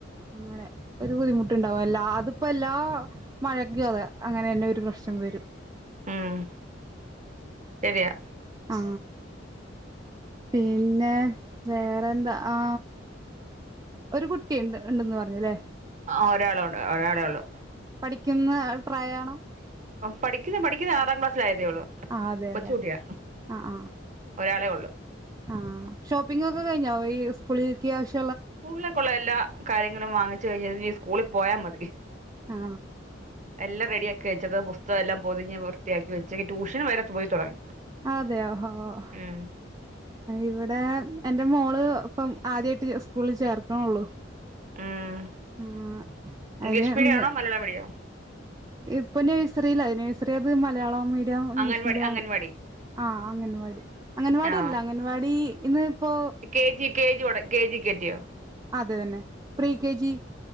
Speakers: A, on the right; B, on the right.
A: അങ്ങനെ ഒരു ബുദ്ധിമുട്ടുണ്ടാവും, എല്ലാ അതിപ്പോ എല്ലാ മഴക്കും അതെ അങ്ങനെ തന്നെ ഒരു പ്രശ്നം വരും.
B: ഉം ശരിയാ
A: ആ പിന്നെ വേ എന്താ ആ ഒരു കുട്ടി ഉണ്ട്, ഉണ്ടന്ന് പറഞ്ഞല്ലേ
B: ആ ഒരാള്, ഉണ്ട് ഒരാളേ ഉള്ളു
A: പഠിക്കുന്ന പ്രായണോ
B: പഠിക്കുന്നു പഠിക്കുന്ന ആറാം ക്ലാസിലായിരുന്നു <unintelligible>
A: ആഹ് അതെല്ലെ
B: കൊച്ചുകുട്ടിയാ,
A: ആഹ് ആഹ്
B: ഒരാളേ ഉള്ളു
A: ആഹ് ഷോപ്പിംഗ് ഒക്കെ കഴിഞ്ഞോ ഈ സ്കൂളിലക്ക് ആവശ്യം
B: സ്കൂളിലേക്കുള്ള എല്ലാ കാര്യങ്ങളും വാങ്ങിച്ച് കഴിഞ്ഞ സ്കൂളിൽ പോയാൽ മതി
A: ആ
B: എല്ലാം റെഡിയാക്കി വെച്ചത് പുസ്തക എല്ലാം പൊതിഞ്ഞ് വൃത്തിയാക്കി വെച്ച് ട്യൂഷന് വരെ പോയി തുടങ്ങി
A: അതെയോ ഹോ ഹോ
B: ഉം
A: ഇവിടെ എൻ്റെ മോള് ഇപ്പം ആദ്യയിട്ട് സ്കൂളിൽ ചേർക്കണള്ളു
B: ഉം
A: ഉം അയിന്
B: ഇംഗ്ലീഷ് മീഡിയം
A: ഒന്ന്
B: ആണോ മലയാളം മീഡിയോ
A: ഇപ്പൊ നഴ്സറില നേഴ്സറി അത് Malayalam medium English
B: anganwadi
A: medium
B: anganwadi
A: ആ അംഗൻവാടി അംഗൻവാടി
B: ആഹ്
A: അല്ല അംഗൻവാടി ഇന്ന് ഇപ്പോ
B: കെ ജി കെ ജി വടെ കെജി ക്കെത്തിയോ
A: അതന്നെ പ്രീ കെ ജി